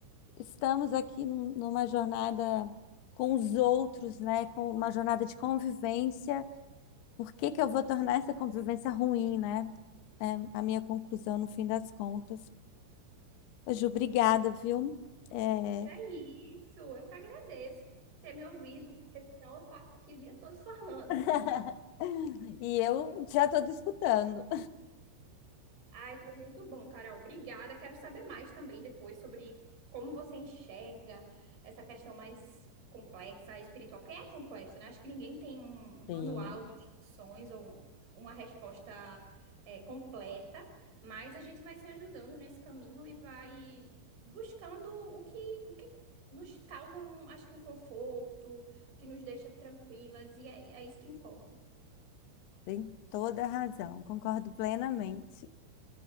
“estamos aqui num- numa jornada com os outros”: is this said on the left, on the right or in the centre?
Left